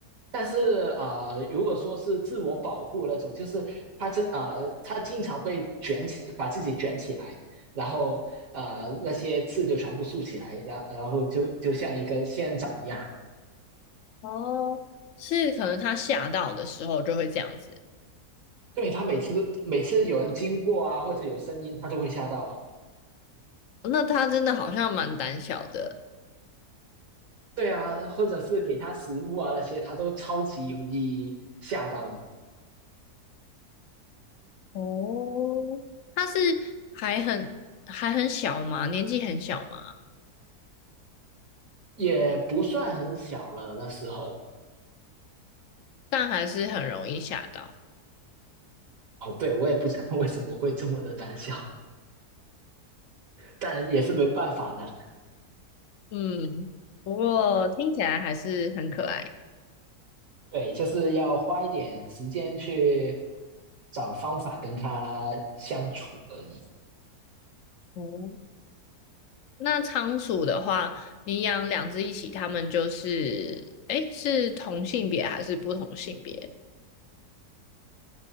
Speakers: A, on the right; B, on the left.
A: 但是啊，如果说是自我保护那种，就是他真啊，他经常会卷起，把自己卷起来，然后呃那些刺就全部竖起来，然然后就就像一个仙人掌一样。
B: 哦，是可能它吓到的时候就会这样子。
A: 对，他每次每次有人经过啊，或者有声音，他都会吓到。
B: 那它真的好像蛮胆小的。
A: 对啊，或者是给他食物啊那些，他都超级容易吓到的，
B: 哦，它是还很还很小嘛，年纪很小嘛，
A: 也不算很小了那时候。
B: 但还是很容易吓到。
A: 哦，对，我也不知道为什么会这么的胆小，但也是没办法的。
B: 嗯，不过听起来还是很可爱。
A: 对，就是要花一点时间去找方法跟他相处而已。
B: 哦那仓鼠的话，你养两只一起，它们就是，诶，是同性别还是不同性别？